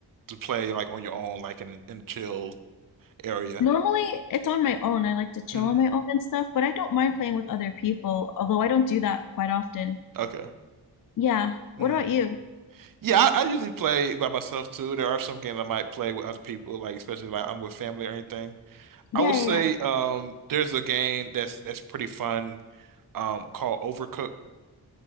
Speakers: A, on the right (about 55°); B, on the left (about 50°).
A: to play like on your own, like in in a chill area?
B: Normally, it's on my own. I like to chill
A: Mhm.
B: on my own and stuff, but I don't mind playing with other people, although I don't do that quite often.
A: Okay.
B: Yeah. What
A: Mhm.
B: about you?
A: Yeah, I, I usually play by myself too. There are some games I might play with other people, like especially like I'm with family or anything.
B: Yeah,
A: I would say
B: yeah, yeah.
A: um there's a game that's that's pretty fun um called Overcooked.